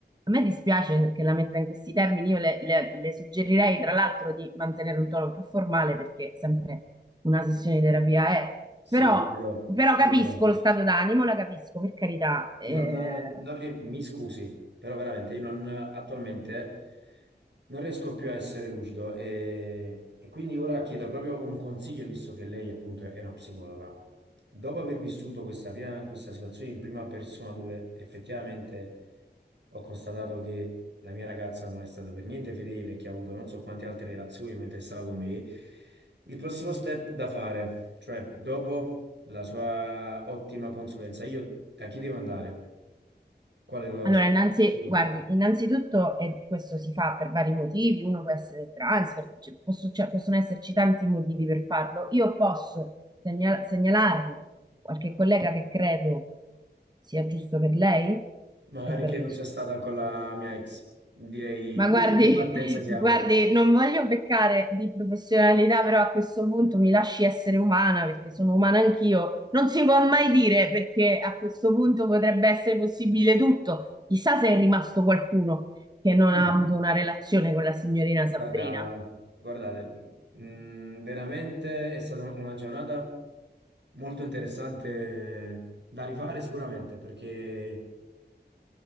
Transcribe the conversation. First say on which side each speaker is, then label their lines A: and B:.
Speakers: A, on the right; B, on the right.
A: A me dispiace che la metta in questi termini, io le, le- le suggerirei tra l'altro di mantenere un tono più formale perché sempre una sessione di terapia è,
B: Sì,
A: però,
B: però...
A: però
B: io
A: capisco
B: no.
A: lo stato d'animo, la capisco, per carità. Eh,
B: Non, non rie- mi scusi, però veramente io non, attualmente non riesco più a essere lucido e, e quindi ora chiedo proprio un consiglio, visto che lei appunto è una psicologa. Dopo aver vissuto questa, prima, questa situazione in prima persona dove effettivamente ho constatato che la mia ragazza non è stata per niente fedele, che ha avuto non so quante altre relazioni mentre stava con me, il prossimo step da fare. Cioè, dopo la sua ottima consulenza, io da chi devo andare? Qual è lo
A: allora,
B: statistico?
A: innanzi, guardi, innanzitutto, e questo si fa per vari motivi, uno può essere transfer, cioè, posso- cioè, possono esserci tanti motivi per farlo, io posso segna- segnalarle qualche collega che credo sia giusto per lei
B: Magari
A: e per
B: che non
A: il
B: sia stata con la mia ex. Direi
A: Ma
B: punto
A: guardi,
B: di partenza chiave.
A: guardi, non voglio peccare di professionalità, però a questo punto mi lasci essere umana perché sono umana anch'io. Non si può mai dire perché a questo punto potrebbe essere possibile tutto. Chissà se è rimasto qualcuno che non
B: Mm.
A: ha avuto una relazione con la signorina Sabrina.
B: Guarda, guardate, mm, veramente è stata una giornata molto interessante da rifare sicuramente perché